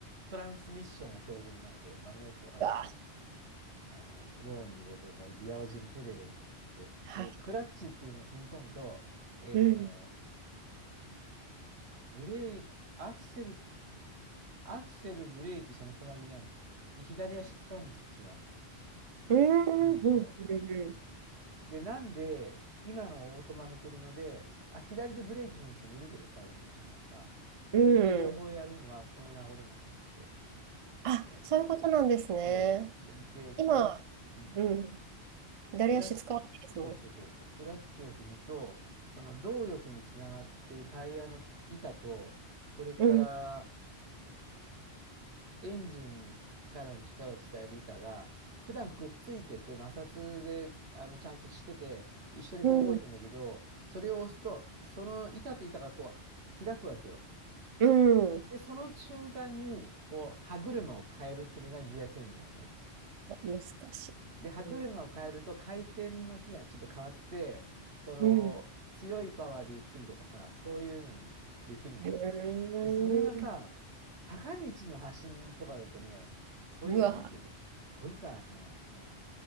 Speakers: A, on the right (about 75°); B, on the right (about 60°).
A: トランスミッションが標準なので、マニュアルってわかるあの、
B: うわ
A: あの、ローに入れて、こうギアを自分手で、で、
B: はい。
A: で、クラッチっていうのを踏み込むと、えっとね、
B: うん。
A: なんだ、ブレーキ、アクセル、アクセル、ブレーキ、その隣になるのね。で、左足使うんです、そっちは。
B: うん、
A: うん、
B: うん、
A: そ
B: うん、
A: う。で、なんで、今のオートマの車で、あ、左でブレーキ踏む人もいるけどさ、世の中にはさ、
B: うん。
A: 右で両方やるのはその名残があって。
B: あ、
A: で、
B: そういうことなんですね。
A: そうです。それで、
B: 今、
A: クラッ、うん、
B: うん。左足使わないですも
A: クラッ、そうそうそうそう、クラッチを踏むと、その動力につながってるタイヤの板と、それから、
B: ん。うん、
A: エンジンからの力を伝える板が、普段くっついてて、摩擦で、あの、ちゃんとしてて、一緒にこう動いてんだけど、
B: うん、
A: それを押すと、その板と板がこう、開くわけよ。
B: うん。
A: で、その瞬間に、こう、歯車を変えるっていうのがギアチェンジなのね。
B: 難しい。
A: で、歯車を変えると回転の比がちょっと変わって、
B: うん、
A: その強いパワーでゆっくりとかさ、
B: うん。う
A: そういうのにできるのね。
B: ーん
A: で、それがさ、坂道の発進とかだとね、それやんなきゃいけない。
B: うわ、
A: すっごい大変。うん、